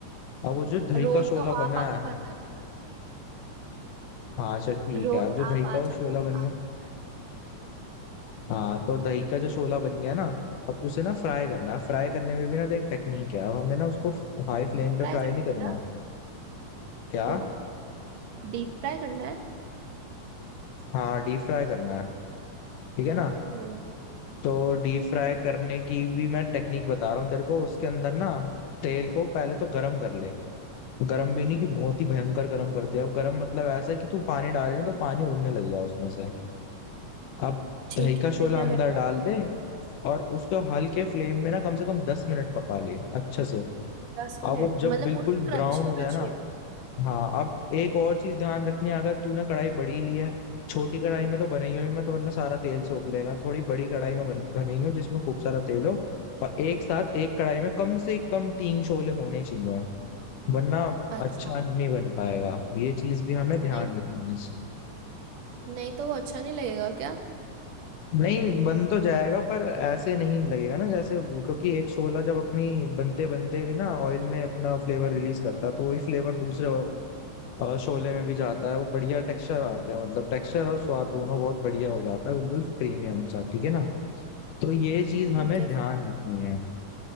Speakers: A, on the left; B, on the right.
A: अब वो जो दही
B: रोल
A: का शोला
B: तो
A: बना
B: आप आके
A: है
B: कर देना ना,
A: हाँ अच्छा ठीक
B: रोल
A: है अब जो दही
B: आप
A: का
B: आ
A: वो
B: जाना
A: शोला बन गया
B: आप कर देना
A: हाँ तो दही का जो शोला बन गया ना अब उसे ना फ्राई करना है फ्राई करने में भी ना देख टेक्निक है अब हमें ना उसको हाई फ्लेम
B: डीप
A: पे
B: फ्राई
A: फ्राई
B: करना
A: नहीं
B: है
A: करना
B: क्या?
A: क्या
B: तो डीप फ्राई करना
A: हाँ डीप फ्राई करना है ठीक है ना
B: है
A: तो डीप फ्राई करने की भी मैं टेक्निक बता रहा हूँ तेरे को उसके अंदर ना तेल को पहले तो गरम कर ले गरम भी नहीं कि बहुत ही भयंकर गरम कर दिया अब गरम मतलब ऐसा कि तू पानी डाले ना तो पानी उड़ने लग जाए उसमें से अब
B: ठीक
A: दही का
B: है
A: शोला
B: फिर क्या
A: अंदर
B: करना
A: डाल
B: है
A: दे और उसको हल्के फ्लेम में ना कम से कम दस मिनट पका ले अच्छे से
B: दस मिनट
A: अब वो जब
B: मतलब
A: बिल्कुल
B: पूरा क्रंची
A: ब्राउन
B: होना
A: हो जाए
B: चाहिए
A: ना हाँ अब एक और चीज ध्यान रखनी है अगर तूने कढ़ाई बड़ी ली है छोटी कढ़ाई में तो बनाई हुई मत वरना सारा तेल सोख लेगा थोड़ी बड़ी कढ़ाई में बन, बनाई हो जिसमें खूब सारा तेल हो और एक साथ एक कढ़ाई में कम से कम तीन शोले होने चाहिए वरना
B: अच्छा
A: अच्छा नहीं बन पाएगा ये चीज भी हमें ध्यान
B: नहीं
A: रखना है इस-
B: नहीं तो वो अच्छा नहीं लगेगा क्या
A: नहीं बन तो जाएगा पर ऐसे नहीं लगेगा ना जैसे वो- क्योंकि एक शोला जब अपनी बनते बनते भी ना ऑयल में अपना फ्लेवर रिलीज करता है तो वही फ्लेवर दूसरे और शोले में भी जाता है वो बढ़िया टेक्सचर आते हैं मतलब टेक्सचर और स्वाद दोनों बहुत बढ़िया हो जाता है बिल्कुल प्रीमियम सा ठीक है ना तो ये चीज हमें
B: ठीक है
A: ध्यान
B: फिर
A: रखनी है